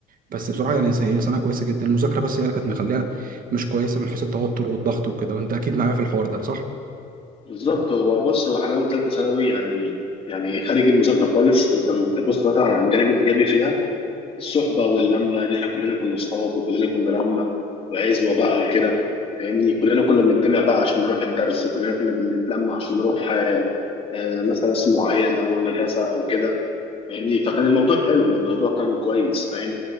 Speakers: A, on the right; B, on the left.
A: بس بصراحة يعني س- هي سنة كويسة جدا المذاكرة بس هي اللي كانت مخليها مش كويسة من حيث التوتر والضغط وكده وأنت أكيد معايا في الحوار ده صح؟
B: بالظبط هو بص هو حلاوه ثالثه ثانوي يعني يعني خارج المذاكره خالص انت بتبص مثلا على الجانب الايجابي فيها الصحبه واللمه ان احنا كلنا كنا اصحاب وكلنا كنا لمه وعزوه بقى وكده فاهمني كلنا كنا بنجتمع بقى عشان نروح الدرس كلنا كنا بنتلمع عشان نروح آه، آه، مثلا اسم معين او المدرسه او كده فاهمني فكان الموضوع حلو يعني الموضوع كان كويس فاهم